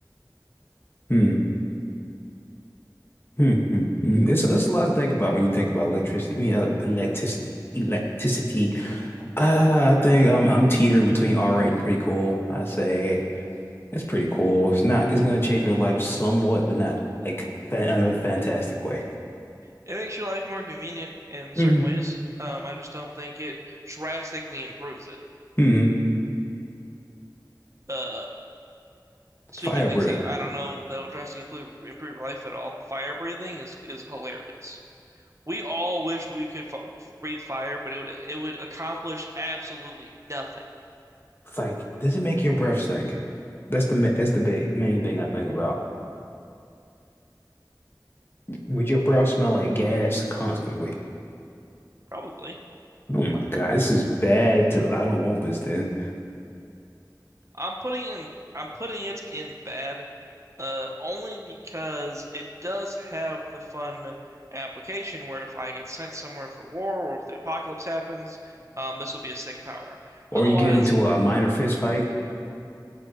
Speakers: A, on the left; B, on the right.
A: Hmm. Hmm. Hmm. hmm. It's, it's a lot to think about when you think about electricity. I mean, uh, electricity. Electricity. Uh, I think I'm I'm teetering between all right and pretty cool. I say it's pretty cool. It's not. It's gonna change my life somewhat, but not like fan, in a fantastic way.
B: it makes your life more convenient in
A: hmm
B: certain ways. Um, I just don't think it drastically improves it.
A: hmm
B: Uh, speaking
A: Fire
B: of things
A: breath.
B: that I don't know that'll drastically improve improve your life at all, fire breathing is is hilarious. We all wish we could f breathe fire, but it would it would accomplish absolutely nothing.
A: It's like, does it make your breath stink? That's the ma- that's the ba main thing I think about. Would your breath smell like gas constantly?
B: Probably.
A: Oh my God, this is bad. To I don't want this then.
B: I'm putting in I'm putting it in bad, uh, only because it does have the fun application where if I get sent somewhere for war or if the apocalypse happens, um, this will be a sick power.
A: Or
B: Otherwise,
A: you get into a minor fist fight.